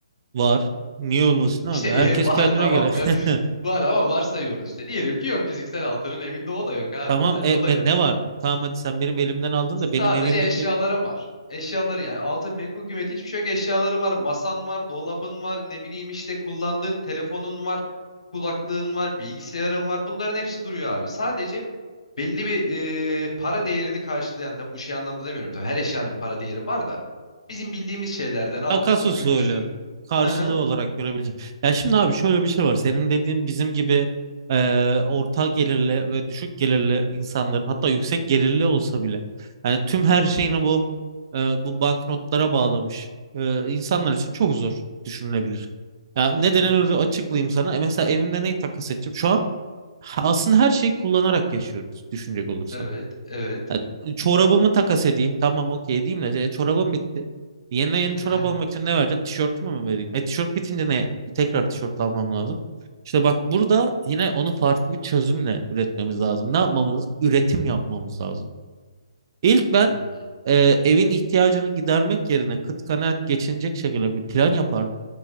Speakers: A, on the right (about 40°); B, on the left (about 80°).
A: Var. Niye olmasın abi?
B: İşte
A: Herkes
B: <laughs> var
A: kendine
B: tamam.
A: göre.
B: <laughs>
A: <laughs>
B: Var ama varsayıyoruz işte. Diyelim ki yok fiziksel altının evinde o da yok abi.
A: Tamam
B: Hadi
A: e,
B: o
A: me-
B: da yok.
A: ne var? Tamam hadi sen benim elimden aldın
B: Sadece
A: da benim evimdeki
B: eşyaların var. Eşyaların yani altın menkul kıymeti hiçbir şey yok. Eşyaların var. Masan var, dolabın var, ne bileyim işte kullandığın telefonun var, kulaklığın var, bilgisayarın var. Bunların hepsi duruyor abi. Sadece belli bir e, para değerini karşılayan tabii bu şey anlamda demiyorum tabii her eşyanın para değeri var da bizim bildiğimiz şeylerden altındır,
A: Takas usulü
B: gümüştür.
A: karşılığı
B: Hı hı.
A: olarak görebilecek. Ya şimdi abi şöyle bir şey var. Senin dediğin bizim gibi e, orta gelirli ve düşük gelirli insanların hatta yüksek gelirli olsa bile yani tüm her şeyini bu e, bu banknotlara bağlamış e, insanlar için çok zor düşünülebilir. Ya nedenini
B: Hı hı.
A: açıklayayım sana. E, mesela evimde neyi takas edeceğim? Şu an ha- aslında her şeyi kullanarak yaşıyoruz düşünecek olursan.
B: Evet, evet.
A: Ya, çorabımı takas edeyim. Tamam okey edeyim de e, çorabım bitti. Yeni yeni
B: <laughs>
A: çorap almak için ne vereceğim? Tişörtümü mü vereyim? E tişört bitince ne? Tekrar tişört almam lazım. İşte bak burada yine onu farklı bir çözümle üretmemiz lazım. Ne yapmamız lazım? Üretim yapmamız lazım. İlk ben
B: Hmm.
A: e, evin ihtiyacını gidermek yerine kıt kanaat geçinecek şekilde bir plan yapardım.